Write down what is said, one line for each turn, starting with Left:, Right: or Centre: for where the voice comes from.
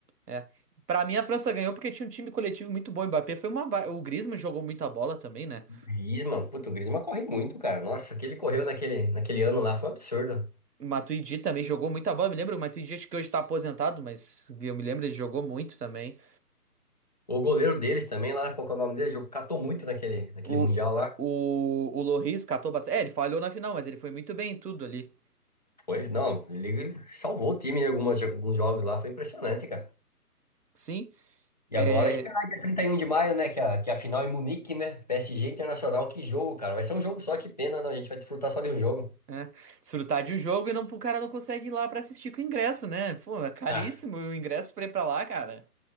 Right: É. Pra mim, a França ganhou porque tinha um time coletivo muito bom. O Mbappé foi uma. ba- O Griezmann jogou muita bola também, né?
Left: Griezmann, puto, o Griezmann corre muito, cara. Nossa, o que ele correu naquele, naquele ano lá foi um absurdo.
Right: O Matuidi também jogou muita bola. Eu me lembro, o Matuidi acho que hoje tá aposentado, mas eu me lembro, ele jogou muito também.
Left: O goleiro deles também lá, qual que é o nome dele? Jogou- Catou muito naquele, naquele
Right: O,
Left: Mundial lá.
Right: o, o Lloris catou bastante. É, ele falhou na final, mas ele foi muito bem em tudo ali.
Left: Foi, não, ele ele salvou o time em algumas, jo- alguns jogos lá, foi impressionante, cara.
Right: Sim.
Left: E
Right: É,
Left: agora esperar dia 31 de maio, né? Que a, que a final é em Munique, né? PSG Internacional, que jogo, cara. Vai ser um jogo só, que pena, não. A gente vai desfrutar só de um jogo.
Right: É, desfrutar de um jogo e não, o cara não consegue ir lá pra assistir com o ingresso, né? Pô, é caríssimo
Left: Ah,
Right: o ingresso pra ir pra lá, cara.